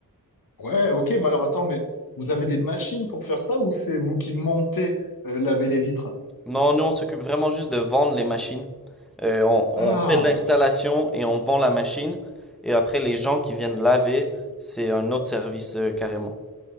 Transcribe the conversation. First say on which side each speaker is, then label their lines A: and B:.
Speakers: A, on the left (about 70°); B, in the centre.
A: Ouais, ok, mais alors attends, mais vous avez des machines pour faire ça ou c'est vous qui montez euh, laver les vitres?
B: Non, nous, on s'occupe vraiment juste de vendre les machines. Euh, on,
A: Ah!
B: on fait l'installation et on vend la machine. Et après, les gens qui viennent laver, c'est un autre service euh, carrément.